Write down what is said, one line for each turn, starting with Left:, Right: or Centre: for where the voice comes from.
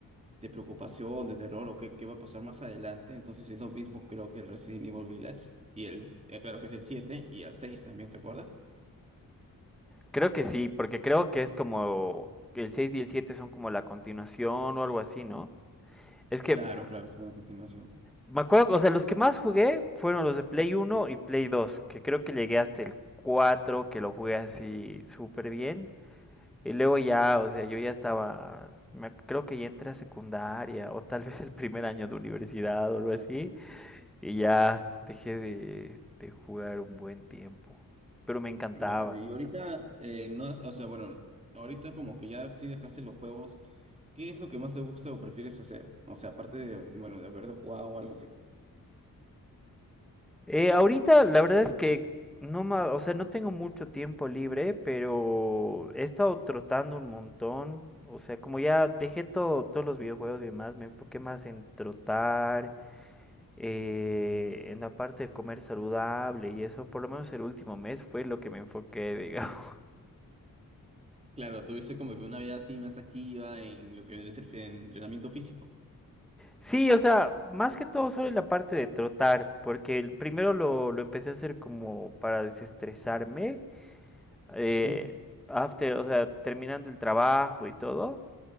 Right: de preocupación, de terror o qué, qué va a pasar más adelante. Entonces es lo mismo creo que el Resident Evil Village y el, eh, claro que es el 7 y el 6 también, ¿te acuerdas?
Centre: Creo que sí, porque creo que es como el 6 y el 7 son como la continuación o algo así, ¿no? Es que
Right: Claro, claro, son a continuación.
Centre: me acuerdo, o sea, los que más jugué fueron los de Play uno y Play 2, que creo que llegué hasta el 4, que lo jugué así súper bien. Y luego
Right: Ujú,
Centre: ya, o sea, yo ya estaba, me- creo que ya entré a secundaria o tal vez el primer año de universidad o algo
Right: Claro.
Centre: así. Y ya dejé de, de jugar un buen tiempo. Pero me encantaba.
Right: Claro, y ahorita, eh, no has- o sea, bueno, ahorita como que ya sí dejaste los juegos, ¿qué es lo que más te gusta o prefieres hacer? O sea, aparte de, bueno, de haber jugado o algo así.
Centre: Eh, ahorita la verdad es que no ma- o sea, no tengo mucho tiempo libre, pero he estado trotando un montón. O sea, como ya dejé todo, todos los videojuegos y demás, me enfoqué más en trotar, eh, en la parte de comer saludable y eso, por lo menos el último mes fue lo que me enfoqué, digamos. <laughs>
Right: Claro, tuviste como que una vida así más activa en lo que vendría a ser fi- en entrenamiento físico.
Centre: Sí, o sea, más que todo solo en la parte de trotar, porque el- primero lo, lo empecé a hacer como para desestresarme, eh,
Right: Ujú.
Centre: after, o sea, terminando el trabajo y todo.